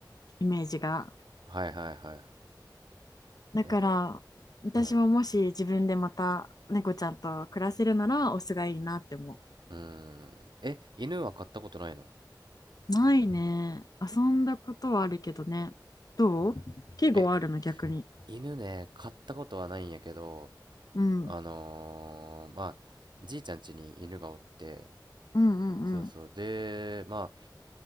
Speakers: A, on the left (about 55°); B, on the right (about 75°).
A: イメージが。
B: はいはいはい。
A: だから、
B: え
A: 私ももし自分でまた猫ちゃんと暮らせるなら、
B: ー、うん。
A: オスがいいなって思
B: うーん。え、犬は飼ったことないの
A: う。ないね。遊んだことはあるけどね。どう季語はあるの、
B: うん。え、
A: 逆に。
B: 犬ね、飼ったことはないんやけど、
A: うん。
B: あのー、まあ、じいちゃん家に犬がおって、
A: うんうんうん。
B: そうそう。で、まあ、